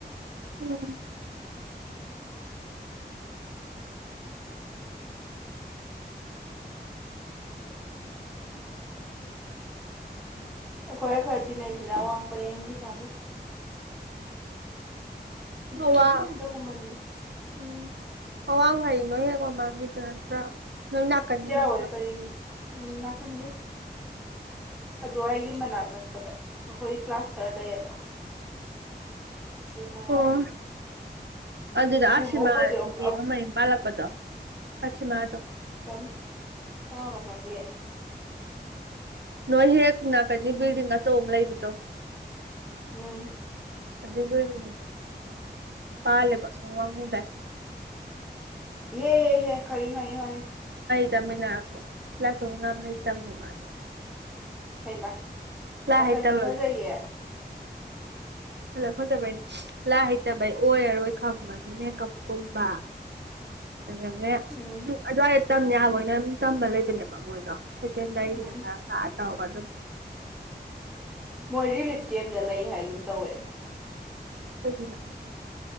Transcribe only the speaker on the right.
ꯎꯝ
ꯑꯋꯥꯡ
ꯑꯋꯥꯡꯉꯥꯏ ꯂꯣꯏ ꯍꯦꯛ ꯃꯃꯥꯡꯈꯤꯗ ꯅꯠꯇ꯭ꯔꯥ ꯅꯣꯏ ꯅꯥꯀꯟꯒꯤ
ꯅꯠꯇ꯭ꯔꯥ
ꯑꯣ ꯑꯗꯨꯗ
ꯑꯁꯤꯃꯥ
ꯅꯨꯄꯤ ꯑꯃ ꯃꯌꯨꯝ ꯄꯥꯜꯂꯛꯄꯗꯣ ꯑꯁꯤꯃꯥꯗꯣ
ꯅꯣꯏ ꯍꯦꯛ ꯅꯥꯀꯟꯗꯤ ꯕꯤꯜꯗꯤꯡ ꯑꯆꯧ ꯑꯃ ꯂꯩꯕꯗꯣ
ꯑꯗꯨꯗ <unintelligible> ꯄꯥꯜꯂꯦꯕ ꯑꯁꯣꯝ ꯋꯥꯉꯨꯗꯩ
<unintelligible>
ꯂꯥꯏ
ꯍꯩꯇꯕꯒꯤ
ꯐꯖ ꯐꯖꯕꯩ ꯂꯥꯏ ꯍꯩꯇꯕꯩ ꯑꯣꯏꯔꯔꯣꯏ ꯈꯪꯕꯒꯤ ꯃꯦꯀꯞ ꯀꯨꯝꯕ ꯑꯗꯒꯤ ꯑꯗꯩꯝ
ꯑꯗ꯭ꯋꯥꯏ ꯇꯝ ꯌꯥꯕ ꯑꯣꯏꯅ ꯑꯗꯨꯝ ꯇꯝꯕ ꯂꯩꯕꯅꯦꯕ ꯃꯣꯏꯗꯣ ꯁꯦꯀꯦꯟꯗꯔꯤ
<unintelligible> <unintelligible> ꯑꯗꯨ
ꯀꯩꯒꯤꯅꯣ